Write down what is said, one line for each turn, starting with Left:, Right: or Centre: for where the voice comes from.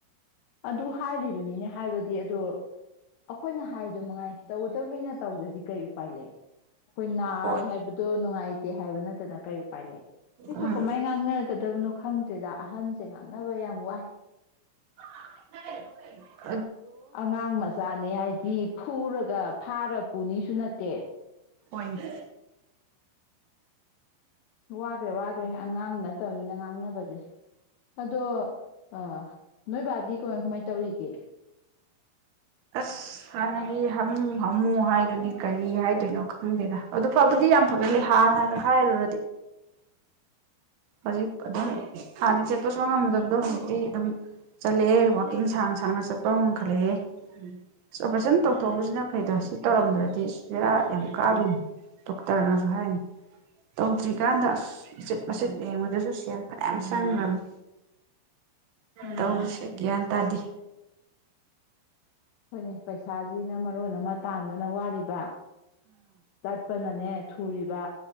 Left: ꯑꯗꯨ ꯍꯥꯏꯔꯤꯕꯅꯤꯅꯦ ꯍꯥꯏꯕꯗꯤ ꯑꯗꯣ ꯑꯩꯈꯣꯏꯅ ꯍꯥꯏꯗꯨ ꯃꯉꯥꯏ ꯇꯧꯒꯗꯕꯅꯤꯅ ꯇꯧꯗꯗꯤ ꯀꯩ ꯎꯄꯥꯏ ꯂꯩ ꯑꯩꯈꯣꯏ ꯅꯥꯏ
Right: ꯍꯣꯏ
Left: ꯍꯥꯏꯕꯗꯨ ꯅꯨꯡꯉꯥꯏ ꯇꯦ ꯍꯥꯏꯕ ꯅꯠꯇꯅ <unintelligible> ꯀꯩ ꯎꯄꯥꯏ ꯂꯩ
Right: ꯎꯝ
Left: ꯀꯃꯥꯏ ꯉꯥꯡꯅ <unintelligible> ꯀꯗꯕꯅꯣ ꯈꯪꯗ꯭ꯔꯦꯗ ꯑꯍꯟꯁꯦ <unintelligible> <unintelligible> ꯅꯕ ꯌꯥꯝ ꯋꯥꯏ
Right: <unintelligible>
Left: ꯑꯉꯥꯡ ꯃꯆꯥꯅꯤ ꯍꯥꯏ ꯗꯤ ꯐꯨꯔꯒ ꯐꯥꯔꯒ ꯄꯨꯅꯤꯁꯨ ꯅꯠꯇꯦ
Right: ꯍꯣꯏꯅꯦ
Left: ꯋꯥꯈ꯭ꯔꯦ ꯋꯥꯈ꯭ꯔꯦ ꯑꯉꯥꯡ ꯅꯠꯇꯕꯅꯤꯅ ꯉꯥꯡꯅꯕꯁꯦ ꯑꯗꯣ ꯑꯥ ꯅꯣꯏꯕꯥꯗꯤ ꯀꯃꯥꯏ ꯀꯃꯥꯏ ꯇꯧꯔꯤꯒꯦ
Right: ꯑꯁ ꯍꯥꯟꯅꯒꯤ ꯍꯥꯃꯨ ꯍꯥꯃꯨ ꯍꯥꯏꯗꯨꯗꯤ ꯀꯔꯤ ꯍꯥꯏꯗꯣꯏꯅꯣ ꯈꯪꯗꯦꯗ ꯑꯗꯨ ꯐꯕꯨꯗꯤ ꯌꯥꯝ ꯐꯒꯠꯂꯦ ꯍꯥꯟꯅꯒ ꯍꯥꯏꯔꯨꯔꯗꯤ ꯍꯧꯖꯤꯛ ꯑꯗꯨꯝ ꯍꯥꯟꯅ ꯆꯠꯄꯁꯨ ꯉꯝꯃꯗꯕꯗꯣ ꯍꯧꯖꯤꯛꯇꯤ ꯑꯗꯨꯝ ꯆꯠꯂꯑꯦ ꯋꯥꯀꯤꯡ ꯁꯥꯡꯅ ꯁꯥꯡꯅ ꯆꯠꯄ ꯉꯝꯈꯠꯂꯛꯑꯦ ꯑꯁ ꯑꯣꯄꯔꯦꯁꯟ ꯇꯧꯊꯣꯛꯎꯕꯁꯤꯅ ꯐꯩꯗꯥ ꯁꯤ ꯇꯧꯔꯝꯗ꯭ꯔꯗꯤ ꯕꯦꯔꯥ ꯌꯥꯝ ꯀꯥꯗꯨꯅꯦ ꯗꯣꯛꯇꯔꯅꯁꯨ ꯍꯥꯏꯅꯤ ꯇꯧꯗ꯭ꯔꯤꯀꯥꯟꯗ ꯑꯁ ꯎꯆꯆꯤꯠ ꯃꯆꯦꯠ ꯌꯦꯡꯕꯗꯁꯨ ꯁꯦꯜ ꯐꯅꯌꯥꯝ ꯆꯪꯈ꯭ꯔꯕꯅꯤ
Left: ꯎꯝ
Right: ꯇꯧꯔꯤꯁꯦ ꯒꯌ꯭ꯥꯟ ꯇꯥꯗꯦ
Left: ꯍꯣꯏꯅꯦ ꯄꯩꯁꯥꯁꯤꯅ ꯃꯔꯣꯟ ꯑꯃ ꯇꯥꯟꯕꯅ ꯋꯥꯔꯤꯕ ꯆꯠꯄꯅꯅꯦ ꯊꯨꯔꯤꯕ